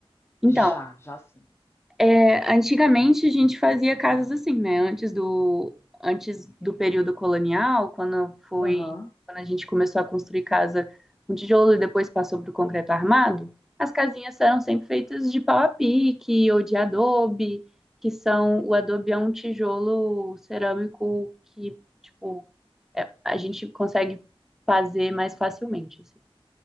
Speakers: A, in the centre; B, on the left.
A: Então,
B: já, já sim.
A: é, antigamente a gente fazia casas assim, né? Antes do, antes do período colonial, quando foi,
B: Aham,
A: quando a gente começou a construir casa com tijolo e depois passou para o concreto armado, as casinhas eram sempre feitas de pau a pique ou de adobe, que são, o adobe é um tijolo cerâmico que, tipo, é- a gente consegue fazer mais facilmente, assim.